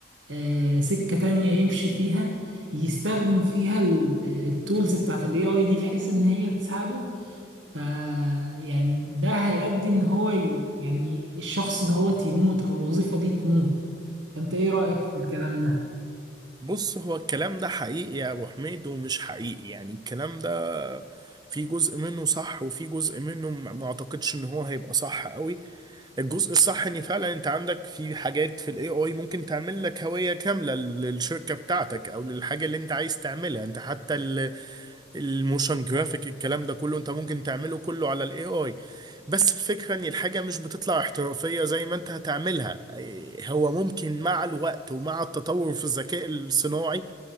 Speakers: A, on the right; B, on the right.
A: آه، سكة تانية يمشي فيها يستخدم فيها ال- التولز بتاعت الاي اي دي بحيث ان هي تساعده ف يعني ده هيؤدي ان هو ي... يعني الشخص ده هو يموت او الوظيفة دي تموت فانت ايه رأيك في الكلام ده
B: بص هو الكلام ده حقيقي يا ابو حميد ومش حقيقي يعني الكلام ده في جزء منه صح وفي جزء منه ما ما اعتقدش ان هو هيبقى صح قوي الجزء الصح ان فعلا انت عندك في حاجات في الاي اي ممكن تعمل لك هوية كاملة للشركة بتاعتك او للحاجة اللي انت عايز تعملها انت حتى ال- الموشن جرافيك الكلام ده كله انت ممكن تعمله كله على الاي اي بس الفكرة ان الحاجة مش بتطلع احترافية زي ما انت هتعملها إيه، هو ممكن مع الوقت ومع التطور في الذكاء الصناعي